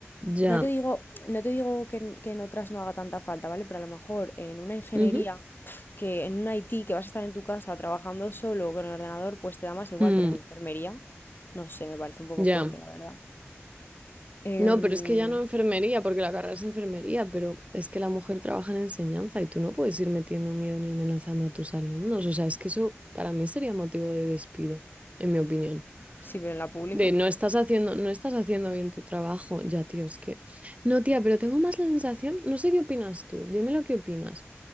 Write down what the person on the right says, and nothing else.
ya.
ujú,
mm,
ya.
No, pero es que ya no enfermería, porque la carrera es enfermería, pero es que la mujer trabaja en enseñanza y tú no puedes ir metiendo miedo ni amenazando a tus alumnos. O sea, es que eso para mí sería motivo de despido, en mi opinión.
De no estás haciendo, no estás haciendo bien tu trabajo. Ya, tío, es que. No, tía, pero tengo más la sensación, no sé qué opinas tú, dime lo que opinas.